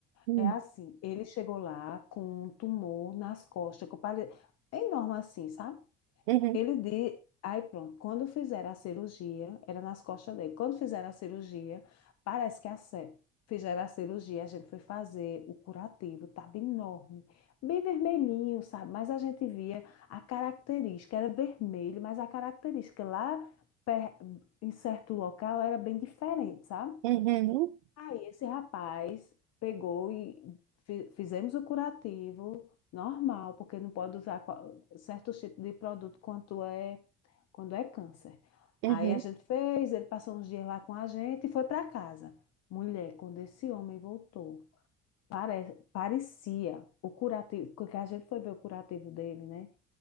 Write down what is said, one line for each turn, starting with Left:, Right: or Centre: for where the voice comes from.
Right: Hum,
Left: É assim, ele chegou lá com um tumor nas costas, que pare... é enorme assim, sabe?
Right: Uhum,
Left: Ele de... Aí pronto, quando fizeram a cirurgia, era nas costas dele. Quando fizeram a cirurgia, parece que a ce- fizeram a cirurgia, a gente foi fazer o curativo, tava enorme, bem vermelhinho, sabe? Mas a gente via a característica, era vermelho, mas a característica lá per- em certo local era bem diferente, sabe?
Right: uhum,
Left: Aí esse rapaz pegou e fi- fizemos o curativo normal, porque não pode usar qua- certos tipos de produto quando é, quando é câncer.
Right: uhum,
Left: Aí a gente fez, ele passou uns dias lá com a gente e foi para casa. Mulher, quando esse homem voltou, pare- parecia o curativo, porque a gente foi ver o curativo dele, né?